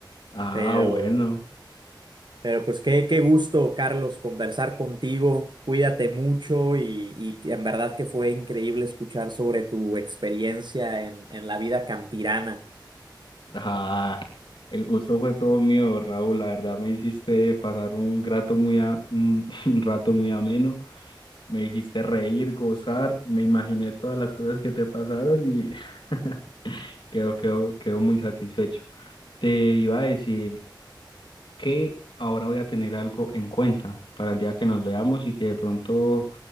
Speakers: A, on the left; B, on the right.
A: Ah,
B: pero,
A: bueno.
B: pero pues qué, qué gusto, Carlos, conversar contigo. Cuídate mucho y, y en verdad que fue increíble escuchar sobre tu experiencia en, en la vida campirana.
A: Ah, el gusto fue todo mío, Raúl. La verdad me hiciste pasar un grato muy a- un <laughs> un rato muy ameno. Me hiciste reír, gozar. Me imaginé todas las cosas que te pasaron y <laughs> quedo, quedo, quedo muy satisfecho. Te iba a decir que ahora voy a tener algo en cuenta para el día que nos veamos y que de pronto